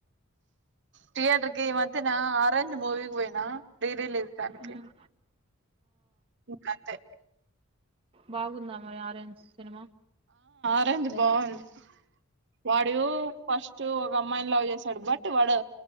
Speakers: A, on the right (about 55°); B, on the right (about 25°).
A: థియేటర్ కి వత్తిన ఆరెంజ్ మూవికి పోయినా రీ రీలీజ్ దానికి
B: ఉమ్.
A: ఇకా అంతే
B: బాగుందాం ఆరెంజ్ సినిమా
A: అరేంజ్ బాగుంది వాడు ఫస్ట్ ఒక అమ్మాయిని లవ్ చేసాడు బట్ వాడు